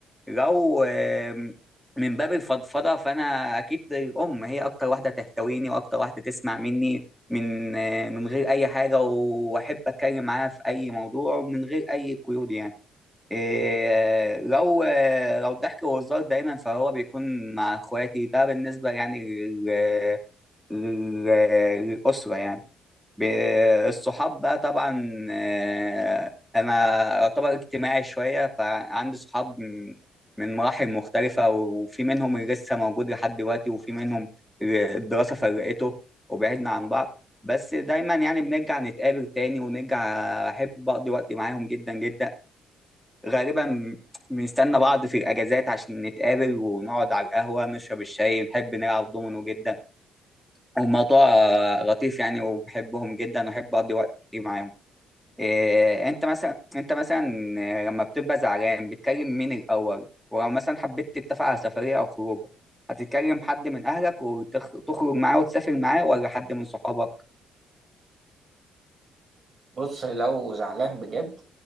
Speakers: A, in the centre; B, on the right.
A: لو آم، من باب الفضفضه فانا اكيد الام هي اكتر واحده تحتويني واكتر واحده تسمع مني من آه، من غير اي حاجه واحب اتكلم معاها في اي موضوع ومن غير اي قيود يعني إيه، لو آه، لو الضحك والهزار دايما فهو بيكون مع اخواتي ده بالنسبه يعني لل- لل- للاسره يعني ب- الصحاب بقى طبعا آه، انا اعتبر اجتماعي شويه فعندي صحاب من من مراحل مختلفه وفي منهم اللي لسه موجود لحد دلوقتي وفي منهم اللي الدراسه فرقته وبعدنا عن بعض بس دايما يعني بنرجع نتقابل تاني ونرجع احب اقضي وقت معاهم جدا جدا غالبا بنستنى بعض في الاجازات عشان نتقابل ونقعد على القهوه نشرب الشاي نحب نلعب دومينو جدا هو موضوع آه، لطيف يعني وبحبهم جدا وأحب أقضي وقت كتير معاهم إيه أنت مثلا أنت مثلا آه، لما بتبقى زعلان بتكلم مين الأول ولو مثلا حبيت تتفق على سفرية أو خروج هتتكلم حد من أهلك وتخرج معاه وتسافر معاه ولا حد من صحابك
B: بص لو زعلان بجد